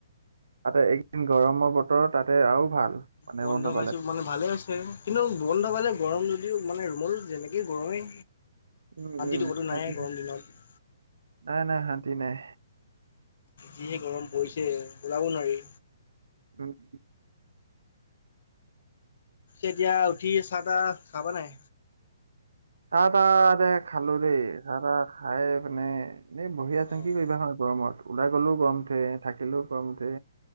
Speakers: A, on the right; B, on the left.
A: তাতে একদিন গৰমৰ বতৰ তাতে আৰু ভাল। মানে
B: বন্ধ
A: পালে
B: পাইছো মানে ভালে হৈছে। কিন্তু বন্ধপালে গৰম যদিও মানে ৰুমত যেনেকে গৰমেই,
A: উম
B: শান্তিটো
A: উম
B: ক'তো
A: শান্তি
B: নায়ে
A: নাই
B: গৰম দিনত।
A: নাই নাই শান্তি নাই।
B: যিহে গৰম পৰিছে ওলাব নোৱাৰি।
A: উম উম।
B: এতিয়া উঠি চাহ তাহ খাবা নাই?
A: চাহ তাহ যে খালো দেই চাহ তাহ খাই মানে এনে বহি আছো
B: অঁ
A: কি কৰিবা হয়। গৰমত ওলাই গ'লেও গৰম উঠে থাকিলেও গৰম উঠে,